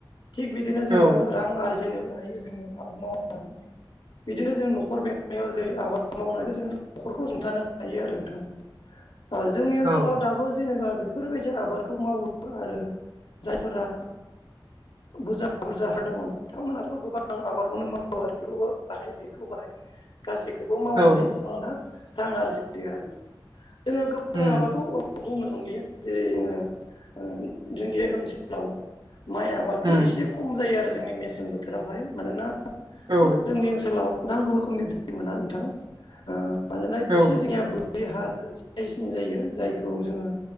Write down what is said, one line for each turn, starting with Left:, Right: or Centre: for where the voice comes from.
Left: थिग बिदिनो जोङो
Right: औ
Left: रां आरजिनोबो हायो जोङो आबाद मावनानै बिदिनो जों न'खर बेंाव ज आबाद मावनानै जोंो न'खरखौ हुंथानो हायो आरो नोंथां। जोंनि ओनसोलाव
Right: औ
Left: दाबो जेनेबा बेफोरबायदि आबादखौ मावो आरो जायफोरा बुरजा बुरजा ह दङ बिथांमोनाथ' गोबां आबादखौनो मावो आरो बेखौबो बाहाय बेखौ बाहाय गासैखौबो मावनानै
Right: औ
Left: बिथांमोनहा रां आरजियो आरो जोङो गोबां
Right: उम
Left: माबाखौ बुंनोां गैया जेरै जोङो जोंनि ओनसोलाव माइआ आबादखौ
Right: उम
Left: एसे खम जायो आरो जोंनि मेसें बोथोरावहाय मानोना
Right: औ
Left: जोंनि ओनसोलाव नांगौ रोखोमनि दै मोना नोंथां मानोना
Right: औ
Left: एसे जोंनिया रि हा साइसनि जायो जायखौ जोङो